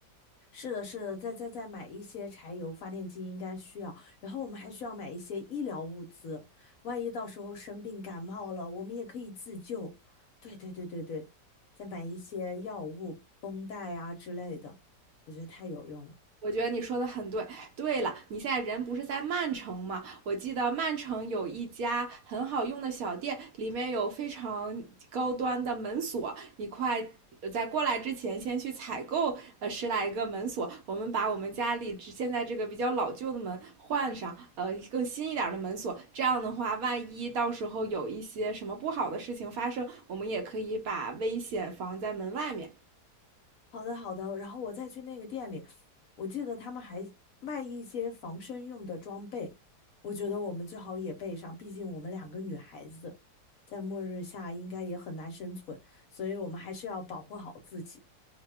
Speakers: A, on the left; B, on the right.
A: 是的，是的，再再再买一些柴油发电机应该需要，然后我们还需要买一些医疗物资，万一到时候生病感冒了，我们也可以自救。对对对对对，再买一些药物、绷带啊之类的，我觉得太有用了。
B: 我觉得你说的很对。对了，你现在人不是在曼城吗？我记得曼城有一家很好用的小店，里面有非常高端的门锁。你快在过来之前，先去采购呃十来个门锁。我们把我们家里之现在这个比较老旧的门换上，呃，更新一点的门锁。这样的话，万一到时候有一些什么不好的事情发生，我们也可以把危险防在门外面。
A: 好的，好的，然后我再去那个店里，我记得他们还卖一些防身用的装备，我觉得我们最好也备上，毕竟我们两个女孩子在末日下应该也很难生存，所以我们还是要保护好自己。